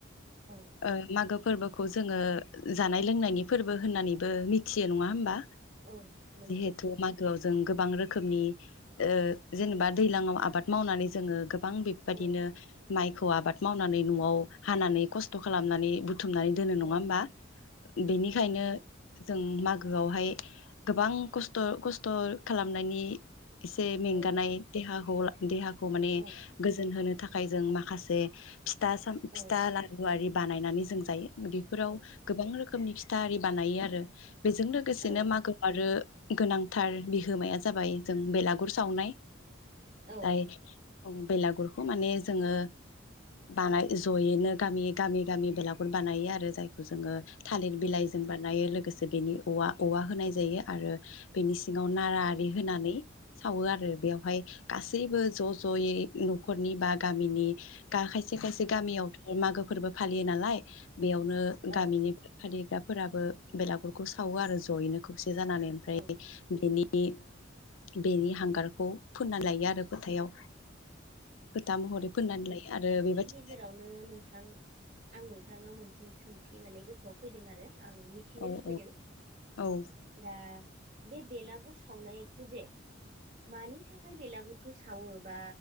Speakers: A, on the right; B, on the left.
A: औ
B: ओ मागो फोरबोखौ जोङो जानाय लोंनायनि फोरबो होननानैबो मिथियो नङा होमबा
A: औ नंगौ
B: जिहेथु मागोआव जों गोबां रोखोमनि ओ जेनबा दैलाङाव आबाद मावनानै जोङो गो गोबां बेबादिनो
A: औ
B: माइखौ आबाद मावनानै न'आव हानानै खस्थ' खालामनानै बुथु थुमनानै दोनो
A: औ
B: नङा होमबा बेनिखायनो
A: औ नंगौ
B: जों मागोआवहाय गोबां खस्थ' खस्थ' खालामनायनि एसे मेंगानाय
A: औ
B: देहाखौ देहा खौ माने
A: औ
B: गोजोन होनो थाखाय खाय जों माखासे फिथा साम फिथा
A: औ
B: लारु आरि बानायनानै जों जायो बेफोराव
A: औ
B: गोबां रोखोमनि मनि फिथा आरि बानायो आरो बेजों लोगोसेनो
A: औ
B: मागो आरो गोनांथार बिहोमाया जाबाय जों बेलागुर सावनाय
A: औ
B: दाय औ बेलागुरखौ माने जोङो बानाय जयैनो गामि गामि गामि बेलागुर बानायो आरो जायखौ जोङो थालिर
A: औ
B: बिलाइ जों बानायो लोगोसे बेनि औवा औवा होनाय जायो आरो बेनि सिङाव नारा आरि
A: औ
B: होनानै सावो आरो बेयाव फाय गासैबो ज' जयै न'खरनि बा गामिनि गा खायसे खायसे गामियाथ' मागो फोरबो फालियो नालाय बेयावनो
A: औ
B: गामिनि फालिग्रा फोराबो बेलागुरखौ सावो आरो ज'यैनो खौसे जानानै ओमफ्राय
A: औ
B: बेनि नि बेनि हांगारखौ फोनना लायो आरो फोथायाव फोथा महरै फोननानै लायो आरो बेबायद
A: जेरावनो नोंथां आं नोंथांनाव मोनसे सोंथि माने गोसोआव फैदों आरो आं मिथिनो
B: औ
A: लुबैदों
B: औ औ
A: दा बे बेलागुर सावनायखौ जे मानि थाखाय बेलागुरखौ सावो बा